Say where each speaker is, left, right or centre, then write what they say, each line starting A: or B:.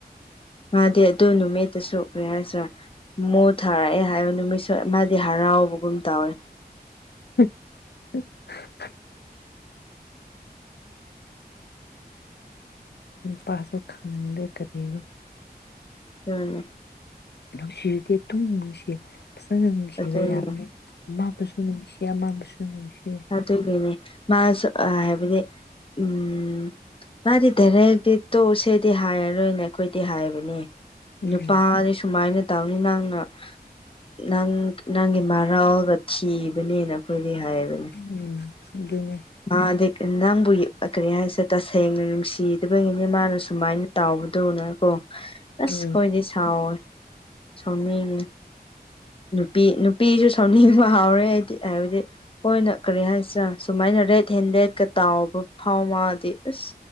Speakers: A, on the left; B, on the left.
A: ꯃꯥꯗꯤ ꯑꯗꯨ ꯅꯨꯃꯤꯠꯇ ꯁꯣꯛꯈ꯭ꯔꯦ ꯍꯥꯏꯁꯤꯔꯥ ꯃꯣ ꯊꯥꯔꯛꯑꯦ ꯍꯥꯏꯕ ꯅꯨꯃꯤꯠꯁꯨ ꯃꯥꯗꯤ ꯍꯔꯥꯎꯕꯒꯨꯝ ꯇꯧꯋꯦ
B: <inaudible> ꯄꯥꯥꯁ ꯈꯪꯗꯦ ꯀꯔꯤꯅ
A: ꯎꯝ
B: ꯅꯨꯡꯁꯤꯔꯗꯤ ꯇꯨꯝ ꯅꯨꯡꯁꯤ ꯐꯖꯅ ꯅꯨꯡꯁꯤꯕ
A: ꯑꯗꯨꯅꯤ
B: ꯌꯥꯕꯅꯤ ꯑꯃꯕꯨꯁꯨ ꯅꯨꯡꯁꯤꯌꯦ ꯑꯃꯕꯨꯁꯨ ꯅꯨꯡꯁꯤꯌꯦ
A: ꯑꯗꯨꯏꯒꯤꯅꯦ ꯃꯥꯁꯨ ꯍꯥꯏꯕꯗꯤ ꯎꯝ ꯃꯥꯗꯤ ꯗꯥꯏꯔꯦꯛꯇꯤ ꯇꯣꯛꯎꯁꯦꯗꯤ ꯍꯥꯏꯔꯔꯣꯏꯅ ꯑꯩꯈꯣꯏꯗꯤ ꯍꯥꯏꯕꯅꯦ
B: ꯎꯝ
A: ꯅꯨꯄꯥꯗꯤ ꯁꯨꯃꯥꯏꯅ ꯇꯧꯏ ꯅꯪꯅ ꯅꯪ ꯅꯪꯒꯤ ꯃꯔꯜꯗ ꯊꯤꯕꯅꯦꯅ ꯑꯩꯈꯣꯏꯗꯤ ꯍꯥꯏꯕꯅꯦ
B: ꯎꯝ ꯑꯗꯨꯅ
A: ꯃꯥꯗꯤ ꯅ ꯅꯪꯕꯨ ꯀꯔꯤ ꯍꯥꯏꯁꯦ ꯇꯁꯦꯡꯅ ꯅꯨꯡꯁꯤꯗꯕꯒꯤꯅꯤ ꯃꯥꯅ ꯁꯨꯃꯥꯏꯅ ꯇꯥꯎꯕꯗꯧꯅꯀꯣ ꯑꯁ
B: ꯎꯝ
A: ꯈꯣꯏꯗꯤ ꯁꯥꯎꯋꯦ ꯁꯥꯎꯅꯤꯡꯉꯦ ꯅꯨꯄꯤ ꯅꯨꯄꯤꯁꯨ ꯁꯥꯎꯅꯤꯡꯕ ꯍꯥꯎꯔꯦ ꯍꯥꯏꯗꯤ ꯍꯥꯏꯕꯗꯤ ꯍꯣꯏꯅ ꯀꯔꯤ ꯍꯥꯏꯁꯤꯔꯥ ꯁꯨꯃꯥꯏꯅ ꯔꯦꯠ ꯍꯦꯟꯗꯦꯗꯀ ꯇꯥꯎꯕ ꯐꯥꯎ ꯃꯥꯗꯤ ꯑꯁ